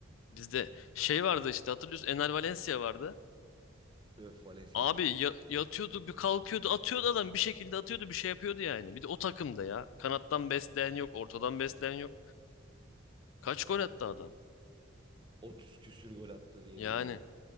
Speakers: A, on the left; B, on the right.
A: Bizde şey vardı işte hatırlıyorsun Ener Valencia vardı.
B: Öf Valencia
A: Abi
B: çok iyiydi.
A: ya- yatıyordu bir kalkıyordu atıyordu adam bir şekilde atıyordu bir şey yapıyordu yani. Bir de o takımda ya. Kanattan besleyen yok ortadan besleyen yok. Kaç gol
B: Aynen.
A: attı adam.
B: 30 küsür gol attı diye
A: Yani
B: biliyorum.